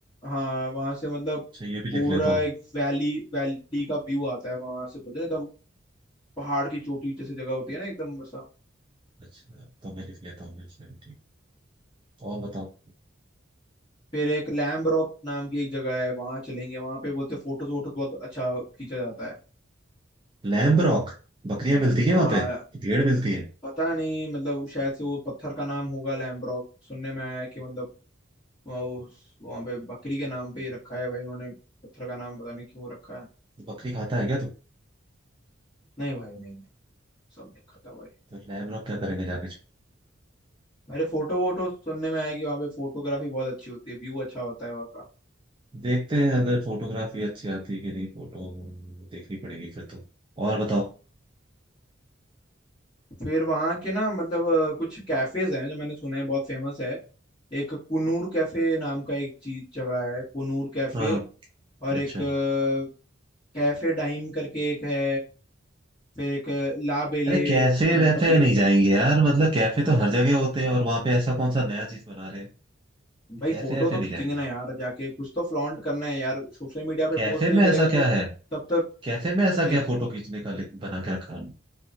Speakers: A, on the left (about 25°); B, on the right (about 25°).
A: हाँ वहां से मतलब
B: अच्छा ये भी लिख
A: पूरा
B: लेता हूँ
A: एक वैली वैली का व्यू आता है वहां से बोलते हैं ना एकदम पहाड़ की चोटी जैसी जगह होती है ना एकदम वैसा
B: अच्छा तो मैं लिख लेता हूँ इसमें, ठीक और बताओ
A: फिर एक लैम्ब रॉक नाम की एक जगह है वहां चलेंगे वहां पे बोलते फोटोज वोटोज बहुत अच्छा खींचा जाता है
B: Lamb rock बकरियां मिलती है वहां
A: हाँ
B: पे कि भेड़ मिलती है
A: पता नहीं मतलब शायद से वो पत्थर का नाम होगा लैम्ब्रोक सुनने में आया है कि मतलब वहाँ उस वहाँ पे बकरी के नाम पे ही रखा है भाई उन्होंने पत्थर का नाम पता नहीं क्यों रखा है
B: बकरी खाता है क्या तू
A: नहीं भाई नहीं नहीं सब नहीं खाता भाई
B: तो लैम्ब रॉक क्या करेंगे जाके
A: अरे फोटो वोटो सुनने में आया कि वहाँ पे फोटोग्राफी बहुत अच्छी होती है व्यू अच्छा होता है वहाँ का
B: देखते हैं अगर फोटोग्राफी अच्छी आती है कि नहीं फोटो देखनी पड़ेगी फिर तो और बताओ
A: फिर वहाँ के ना मतलब अ, कुछ कैफेज हैं जो मैंने सुना है बहुत फेमस है एक कुनूर कैफे नाम का एक चीज जगह है कुनूर कैफे
B: हाँ
A: और
B: अच्छा
A: एक अ, कैफे डाइम करके एक है फिर एक ला बेले
B: अरे कैफे
A: नाम
B: वैफे
A: का भी एक
B: नहीं जाएंगे
A: कैफे
B: यार मतलब कैफे तो हर जगह होते हैं और वहां पे ऐसा कौन सा नया चीज बना रहे हैं
A: भाई
B: कैफे
A: फोटो
B: वैफे
A: तो
B: नहीं
A: खींचेंगे
B: जाएंगे
A: ना यार जाके कुछ तो फ्लॉन्ट करना है यार सोशल मीडिया पे
B: कैफे
A: पोस्ट नहीं
B: में
A: करेगा
B: ऐसा
A: तो
B: क्या है
A: तब तक
B: कैफे में ऐसा
A: देख
B: क्या फोटो खींचने का लिंक बना के रखा है